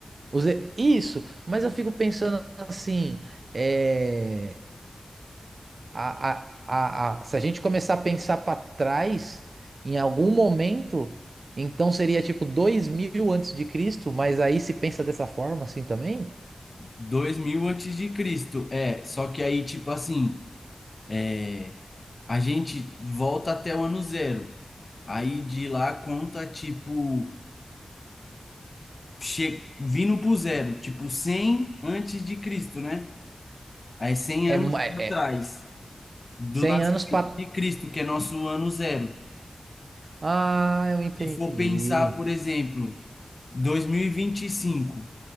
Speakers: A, on the right; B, on the left.
A: Os e- Isso, mas eu fico pensando assim, é, A, a, a, a- se a gente começar a pensar para trás, em algum momento, então seria tipo 2000 antes de Cristo, mas aí se pensa dessa forma assim também?
B: dois mil antes de Cristo. É, só que aí, tipo assim, é, a gente volta até o ano zero. Aí de lá conta, tipo, che... vindo pro zero, tipo 100 antes de Cristo, né? Aí 100
A: É,
B: anos
A: ma-
B: para
A: é
B: trás. do
A: 100
B: nascimento
A: anos para.
B: de Cristo, que é nosso ano zero.
A: Ah, eu entendi.
B: Se for pensar, por exemplo, dois mil e e vinte e cinco,